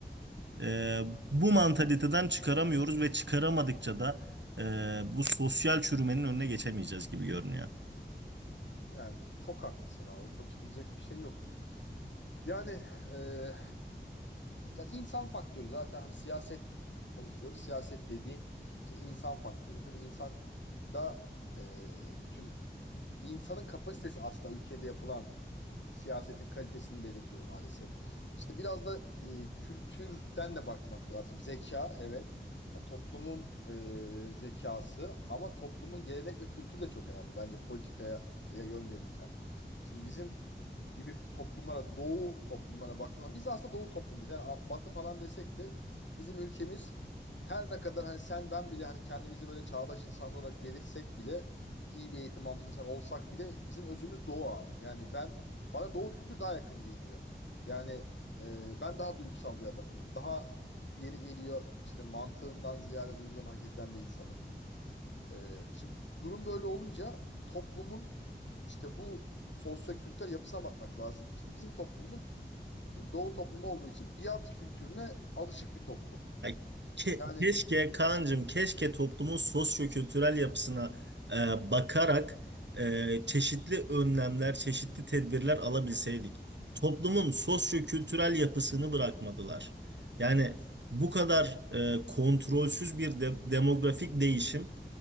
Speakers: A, on the right; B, on the left.
A: Ee, bu mantaliteden çıkaramıyoruz ve çıkaramadıkça da e, bu sosyal çürümenin önüne geçemeyeceğiz gibi görünüyor.
B: Yani çok haklısın abi. Çok şey, diyecek bir şey yok. Yani e, yani insan faktörü zaten hani siyaset konuşuyoruz. Siyaset dediğin işte insan faktörüdür. İnsan da e, bütün insanın kapasitesi aslında ülkede yapılan siyasetin kalitesini belirliyor maalesef. İşte biraz da e, kültürden de bakmak lazım. Zeka evet. Yani toplumun e, zekası ama toplumun gelenek ve kültürü de çok önemli bence politikaya ya yön verirken. Şimdi bizim gibi toplumlara, doğu toplumlara baktığında biz aslında doğu toplumuz. Yani a- batı falan desek de bizim ülkemiz her ne kadar hani sen ben bile hani kendimizi böyle çağdaş insanlar olarak belirtsek bile iyi bir eğitim almış insan olsak bile bizim özümüz Doğu abi. Yani ben bana Doğu kültürü daha yakın geliyor. Yani e, ben daha duygusal bir adamım. Daha yeri geliyor işte mantığımdan ziyade duygularımı hareket eden bir insanım. E, şimdi durum böyle olunca toplumun işte bu sosyo-kültürel yapısına bakmak lazım. İşte bizim toplumumuz e, Doğu toplumu olduğu için biat kültürüne alışık bir toplum.
A: Ya ke-
B: Yani
A: keşke Kaan'cığım keşke toplumun sosyo-kültürel yapısına e, bakarak e, çeşitli önlemler, çeşitli tedbirler alabilseydik. Toplumun sosyo-kültürel yapısını bırakmadılar. Yani bu kadar e, kontrolsüz bir de- demografik değişim